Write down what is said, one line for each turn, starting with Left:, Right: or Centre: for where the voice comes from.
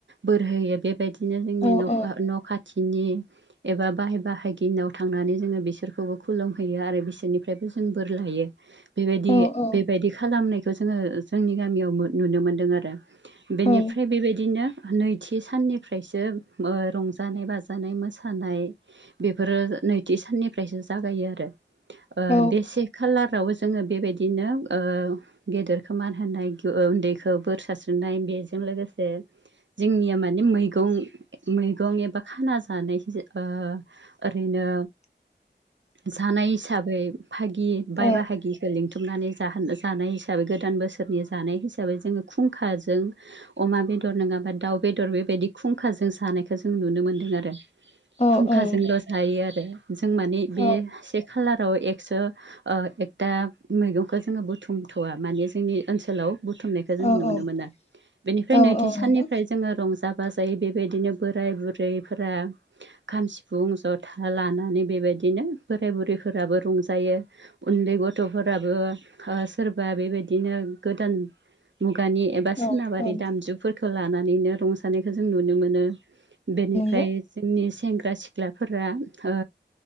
Right: बोर होयो बेबायदि दिनो जोंनि
Left: औ
Right: न'खा
Left: औ
Right: न'खा थिनि एबा बाय बाहागिनाव थांनानै जोङो बिसोरखौबो खुलुम हैयो आरो बिसोरनिफ्रायबो जों बोर लायो बेबादि
Left: औ औ
Right: बेबादि खालामनायखौ जोङो जोंनि गामियाव मो नुनो मोनदों आरो बेनिफ्राय
Left: औ
Right: बेबायदिनो नैथि साननिफ्रायसो ओ रंजानाय बाजानाय मोसानाय बेफोरो नैथि साननिफ्रायसो जागायो आरो ओ
Left: औ
Right: बे से खालाराव जोङो बेबादिनो ओ गेदेरखौ मान होनाय गो उन दैखौ बोर सारस्रिनाय बेजों लोगोसे जोंनिया मानि मैगं मैगं एबा खाना जानाय ओ ओरैनो
Left: <inaudible>
Right: जानाय हिसाबै भागिह बाय
Left: औ
Right: बाहागिखौ लिं थुमनानै जाहोनो जानाय हिसाबै गोदान बोसोरनि जानाय हिस साबै जोङो खुंखाजों अमा बेदर नोंआबा दाउ बेदर बेबायदि खुंखाजों जानाय खौ जों नुनो मोनदों आरो
Left: औ
Right: खुंखाजोंल'
Left: औ नंगौ
Right: जायो आरो जों मानि बे
Left: औ
Right: से खालाराव एक सो ओ एकथा मैगंखौ जोङो बुथुमथ'वा मानि जोंनि ओनसोलाव बुथुमनायखौ जोङो
Left: औ
Right: नुनो मोना बेनिफ्राय
Left: औ
Right: नैथि साननिफ्राय
Left: नंगौ औ
Right: जोङो रंजा बाजायै बेबायदिनो बोराय बुरैफोरा खाम सिफुं जथा लानानै बेबायदि दिनो बोराय बुरैफोराबो रंजायो उन्दै गथ'फोराबो ओ सोरबा बेबा बिदिनो गोदान मुगानि एबा
Left: औ
Right: सोनाबारि
Left: औ
Right: दामजुफोरखौ लानानैनो रंजानायखौ जों नुनो मोनो बेनिफ्राय
Left: औ
Right: जोंनि सेंग्रा सिख्लाफोरा ओ